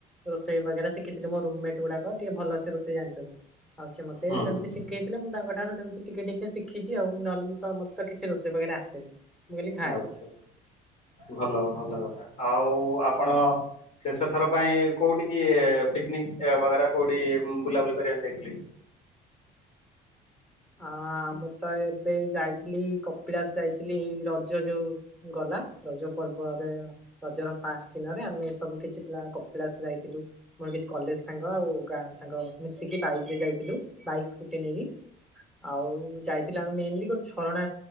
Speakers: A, in the centre; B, on the left (about 40°).
A: ରୋଷେଇ ବଗେରା ଶିଖିଥିଲି ମୋ ରୁମ୍ ମେଟ୍ ଗୁଡାକ ଟିକେ ଭଲସେ ରୋଷେଇ ଜାଣିଚନ୍ତି ଆଉ ସେ ମତେ
B: ହୁଁ
A: ସେମିତି ଶି ଖେଇଥିଲେ ମୁଁ ତାଙ୍କ ଠାରୁ ସେମିତି ଟିକେ ଟିକେ ଶିଖିଛି ଆଉ ନହେଲେ ମୁ ତ ମତେ ତ କିଛି ରୋଷେଇ ବଗେରେ ଆସେନି। ମୁଁ ଖାଲି ଖାଏ
B: ଆଚ୍ଛା ଭଲ ଭଲ କଥା ଆଉ ଆପଣ
A: ହଁ।
B: ଶେଷ ଥର ପାଇଁ କୋଉଠି କି ପିକନିକ୍ ବଗରା କୋଉଠି ବୁଲାବୁଲି କରିବାକୁ ଯାଇଥିଲି?
A: ହଁ ମୁଁ ତ ଏବେ ଯାଇଥିଲି କପିଳାସ ଯାଇଥିଲି ଏଇ ରଜ ଯୋଉ ଗଲା ରଜ ପର୍ବରେ ରଜର ଫାଷ୍ଟ ଦିନରେ ଆମେ ସବୁ କିଛି ପିଲା କପିଳାସ ଯାଇଥିଲୁ। ମୋର କିଛି କଲେଜ ସାଙ୍ଗ ଆଉ ଗାଁ ସାଙ୍ଗ ମିଶିକି ବାଇକ୍ ରେ ଯାଇଥିଲୁ ବାଇକ୍ ସ୍କୁଟି ନେଇକି। ଆଉ ଯାଇଥିଲ ଆମେ ମେନଲି ଗୋଟେ ଝରଣା